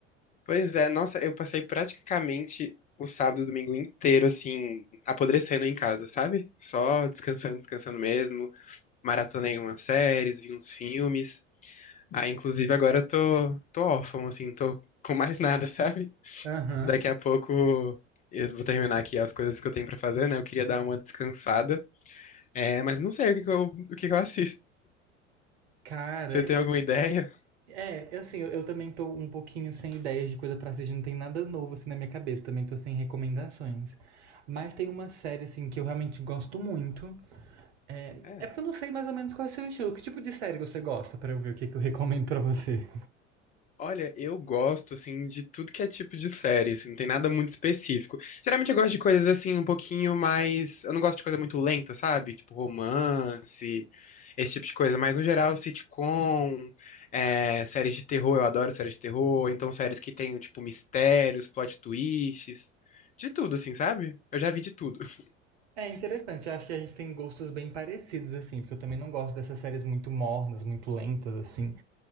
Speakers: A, on the left; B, on the right.
A: Pois é, nossa, eu passei praticamente o sábado e o domingo inteiro assim, apodrecendo em casa, sabe? Só descansando, descansando mesmo. Maratonei umas séries, vi uns filmes. Aí, inclusive, agora eu tô, tô órfão, assim, tô com mais nada, <laughs> sabe?
B: Aham.
A: Daqui a pouco eu vou terminar aqui as coisas que eu tenho pra fazer, né? Eu queria dar uma descansada. É, mas não sei o que que eu, o que que eu assisto.
B: Cara,
A: Você tem
B: eu.
A: alguma ideia?
B: É, eu, assim, eu, eu também tô um pouquinho sem ideias de coisa pra assistir, não tem nada novo assim na minha cabeça, também tô sem recomendações. Mas tem uma série, assim, que eu realmente gosto muito. É,
A: É.
B: é porque eu não sei mais ou menos qual é o seu estilo. Que tipo de série você gosta pra eu ver o que que eu recomendo pra você?
A: Olha, eu gosto, assim, de tudo que é tipo de série, assim, não tem nada muito específico. Geralmente eu gosto de coisas, assim, um pouquinho mais... Eu não gosto de coisa muito lenta, sabe? Tipo romance, esse tipo de coisa. Mas, no geral, sitcom, é, séries de terror, eu adoro séries de terror. ou Então, séries que tem, tipo, mistérios, plot twists, de tudo, assim, sabe? Eu já vi de tudo. <laughs>
B: É interessante, eu acho que a gente tem gostos bem parecidos, assim, porque eu também não gosto dessas séries muito mornas, muito lentas, assim.